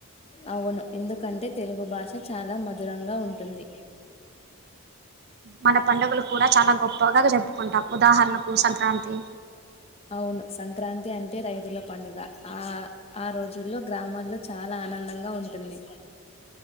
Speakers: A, on the left (about 25°); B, on the right (about 45°).
A: అవును ఎందుకంటే తెలుగు భాష చాలా మధురంగా ఉంటుంది.
B: మన పండుగలు కూడా చాలా గొప్పగా జరుపుకుంటాం. ఉదాహరణకు సంక్రాంతి
A: అవును సంక్రాంతి అంటే రైతుల పండుగ ఆ ఆ రోజుల్లో గ్రామాల్లో చాలా ఆనందంగా ఉంటుంది.